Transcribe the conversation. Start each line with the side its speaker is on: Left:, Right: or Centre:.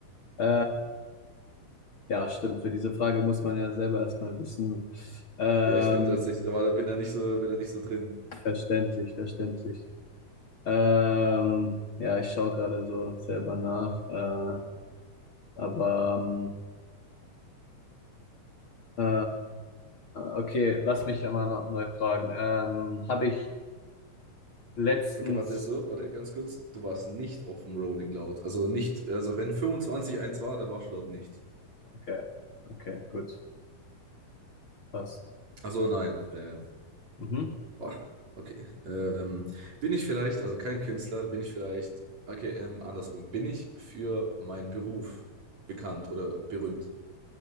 Left: äh, ja, stimmt. Für diese Frage muss man ja selber erstmal wissen. Ähm,
Right: Ja, ich bin tatsächlich, da war, bin da nicht so, bin da nicht so drin.
Left: verständlich, verständlich. Ähm, ja, ich schaue gerade so selber nach. Äh, aber ähm, äh, okay, lass mich einmal noch neu fragen. Ähm, habe ich letztens.
Right: Okay, warte, so, oder ganz kurz. Du warst nicht auf dem Rolling Loud. Also nicht, also wenn 25 eins war, dann warst du dort nicht.
Left: Okay, okay, gut, passt.
Right: Also nein. Äh,
Left: Mhm.
Right: Boah, okay. Ähm, bin ich vielleicht, also kein Künstler, bin ich vielleicht, okay, ähm, andersrum, bin ich für meinen Beruf bekannt oder berühmt?